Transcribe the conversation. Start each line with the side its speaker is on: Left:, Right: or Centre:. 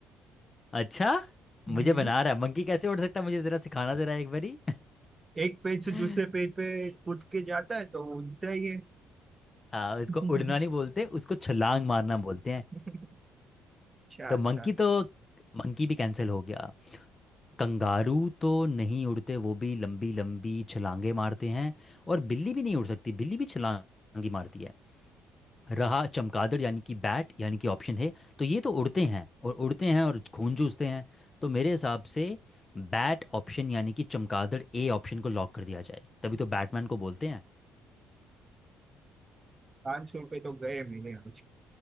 Left: अच्छा
Right: हम्म।
Left: मुझे बना रहा है मंकी कैसे उड़ सकता है मुझे जरा सिखाना जरा एक बारी
Right: एक पेज
Left: <laughs>
Right: से दूसरे पेज पे कूद के जाता है तो वो उड़ता ही है
Left: आ, इसको
Right: <laughs>
Left: उड़ना नहीं बोलते उसको छलांग मारना बोलते हैं
Right: अच्छा अच्छा
Left: तो मंकी तो मंकी भी कैंसिल हो गया कंगारू तो नहीं उड़ते वो भी लंबी लंबी छलांगे मारते हैं और बिल्ली भी नहीं उड़ सकती बिल्ली भी छलांग ही मारती है रहा चमगादड़ यानी कि बैट यानी कि ऑप्शन है तो ये तो उड़ते हैं और उड़ते हैं और खून चूसते हैं तो मेरे हिसाब से बैट ऑप्शन यानी कि चमगादड़ ए ऑप्शन को लॉक कर दिया जाए तभी तो बैटमैन को बोलते हैं
Right: पाँच सौ रुपये तो गए मेरे आज